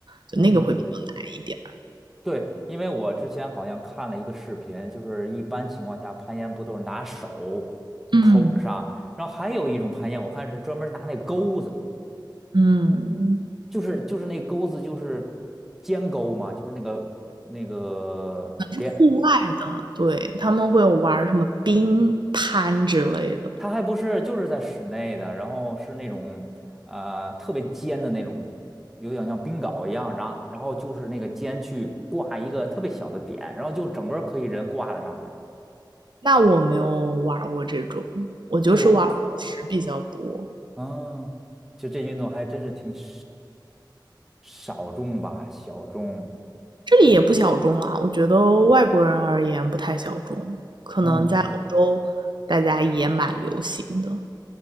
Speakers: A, on the right; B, in the centre.
A: 就那个会比较难一点儿
B: 嗯。对，因为我之前好像看了一个视频，就是一般情况下攀岩不都是拿手抠着上，
A: 嗯
B: 然后还有一种攀岩，我看是专门拿那钩子，
A: 嗯，
B: 就是就是那钩子就是尖钩嘛，就跟那个那个连，
A: 户外的，对，他们会有玩儿什么冰攀之类的，
B: 它还不是就是在室内的，然后是那种呃特别尖的那种，有点像冰镐一样，然后然后就是那个尖去挂一个特别小的点，然后就整个可以人挂在上面。
A: 那我没有玩过这种，我就是玩宝石比较多。
B: 对，啊，就这运动还真是挺少少众吧，小众。
A: 这里也不小众啦，我觉得外国人而言不太小众，可能在欧洲大家也蛮流行的。
B: 嗯，